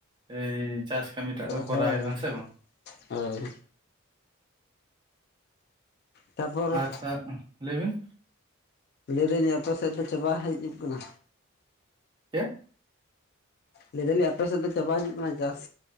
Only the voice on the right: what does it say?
ᱮᱭ᱾ ᱪᱟᱥ ᱠᱟᱹᱢᱤ ᱴᱟᱜ ᱫᱚ ᱠᱚᱨᱟᱣ
ᱫᱟ ᱦᱮᱸ ᱥᱮ ᱵᱟᱝ᱾
ᱟᱨ ᱟᱨ ᱞᱟᱹᱭ ᱵᱤᱱ
ᱪᱮᱫ